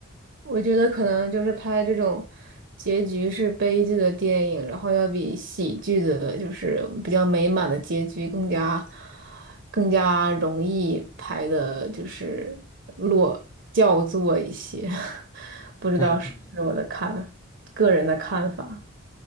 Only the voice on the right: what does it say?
我觉得可能就是拍这种结局是悲剧的电影，然后要比喜剧的，就是比较美满的结局更加更加容易拍的，就是落叫座一些，<laughs>
是我的看，个人的看法。